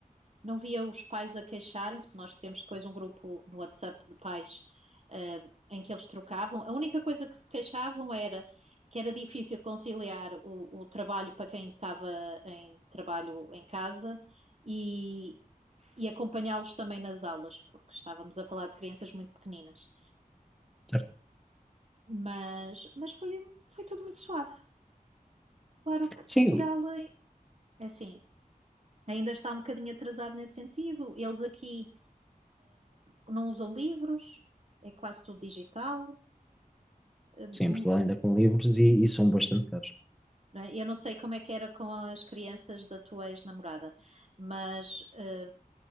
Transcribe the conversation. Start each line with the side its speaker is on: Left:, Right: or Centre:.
Right: não via os pais a queixarem-se, porque nós temos depois um grupo no WhatsApp de pais, eh, em que eles trocavam. A única coisa que se queixavam era que era difícil conciliar o, o trabalho para quem estava em trabalho em casa e, e acompanhá-los também nas aulas, porque estávamos a falar de crianças muito pequeninas.
Centre: Certo.
Right: Mas, mas foi, foi tudo muito suave. Claro que
Centre: Sim,
Right: Portugal, eh, é assim, ainda está um bocadinho atrasado nesse sentido. Eles aqui não usam livros, é quase tudo digital. eh,
Centre: sim,
Right: hum,
Centre: em Portugal ainda com livros e, e são bastante caros.
Right: não é? Eu não sei como é que era com as crianças da tua ex-namorada, mas eh,